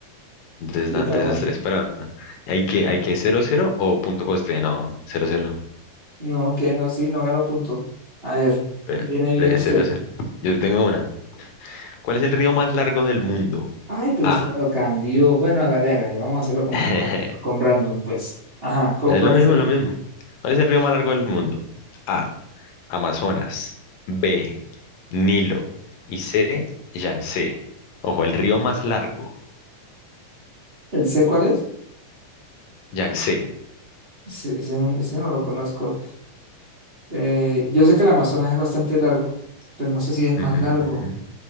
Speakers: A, on the left; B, on the right.
A: entonces están
B: y Ottawa.
A: tres a tres, pero hay que, hay que cero cero o punto poste, no, cero cero.
B: No, que no, sí, no ganó punto. A ver,
A: bre-
B: viene,
A: breve
B: viene usted.
A: cero. 0 Yo tengo una. ¿Cuál es el río más largo del mundo?
B: Ay, pero
A: A.
B: usted me lo cambió. Bueno, hágale, hágale. Vamos a hacerlo con,
A: <laughs>
B: con, con random, pues. Ajá, ¿cu-
A: Es
B: ¿cuál
A: lo mismo,
B: sería?
A: lo mismo. ¿Cuál es el río más largo del mundo? A. Amazonas. B. Nilo. Y C. Yangtze. Ojo, el río más largo.
B: ¿El C cuál es?
A: Yangtze.
B: Ese, ese- ese no lo conozco. Eh, yo sé que el Amazonas es bastante largo, pero no sé si es el
A: Ujú,
B: más largo.
A: ujú.